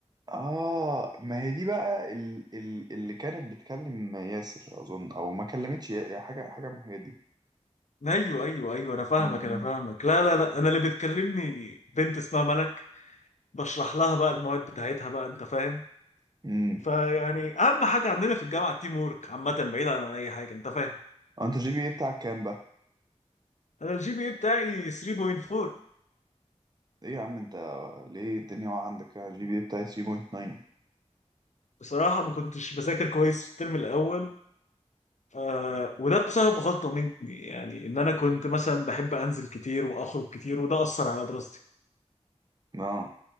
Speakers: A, on the right; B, on the left.
A: آه ما هي دي بقى ال... ال... اللي كانت بتكلم ياسر أظن أو ما كلمتش يا يا حاجة حاجة من الحاجات دي
B: ايوه ايوه ايوه انا فاهمك
A: م- م.
B: انا فاهمك لا لا لا انا اللي بتكلمني بنت اسمها ملك بشرح لها بقى المواد بتاعتها بقى انت فاهم
A: امم
B: فيعني اهم حاجه عندنا في الجامعه التيم وورك عامه بعيدا عن اي حاجه انت فاهم
A: آه، أنت جي بي إيه بتاعك كام بقى؟
B: انا الجي بي اي بتاعي 3.4
A: إيه يا عم أنت ليه الدنيا واقعة عندك أنا جي بي إيه بتاعي 3.9
B: بصراحه ما كنتش بذاكر كويس في الترم الاول آه وده بسبب غلطه مني يعني ان انا كنت مثلا بحب انزل كتير واخرج كتير وده اثر على دراستي
A: آه